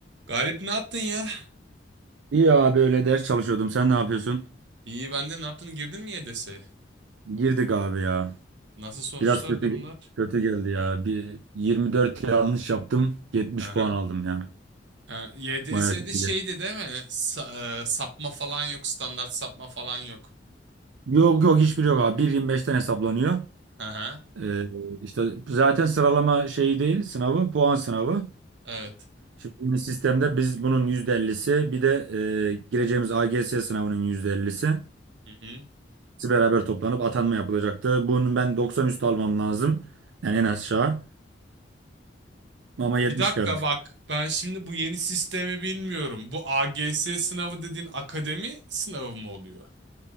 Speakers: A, on the right; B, on the right.
A: Galip ne yaptın ya?
B: İyi abi öyle ders çalışıyordum. Sen ne yapıyorsun?
A: İyi ben de ne yaptın? Girdin mi YDS'ye?
B: Girdik abi ya.
A: Nasıl sonuçlar,
B: Biraz kötü
A: durumlar?
B: kötü geldi ya. Bir 24 yanlış yaptım. 70
A: Aha.
B: puan aldım ya.
A: Ha, YDS'de
B: Bayağı kötü.
A: şeydi değil mi? Sa- e, sapma falan yok, standart sapma falan yok.
B: Yok yok hiçbir yok abi. 1.25'ten hesaplanıyor.
A: Aha.
B: Ee, işte zaten sıralama şeyi değil sınavı puan sınavı.
A: Evet.
B: Şimdi bu sistemde biz bunun %50'si bir de e, gireceğimiz AGS sınavının %50'si.
A: Hı hı.
B: Hepsi beraber toplanıp atanma yapılacaktı. Bunun ben 90 üstü almam lazım. Yani en aşağı. Ama 70
A: Bir dakika
B: geldi.
A: bak, ben şimdi bu yeni sistemi bilmiyorum. Bu AGS sınavı dediğin akademi sınavı mı oluyor?